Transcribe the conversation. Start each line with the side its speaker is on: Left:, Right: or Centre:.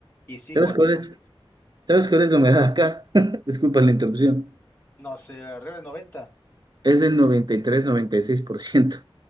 Left: y sí,
Right: ¿Sabes
Left: cuando
Right: cuál
Left: son,
Right: es?
Left: de-
Right: ¿Sabes cuál es la humedad acá? <laughs> Disculpa la interrupción.
Left: no sé, arriba de 90.
Right: Es del 93-96%.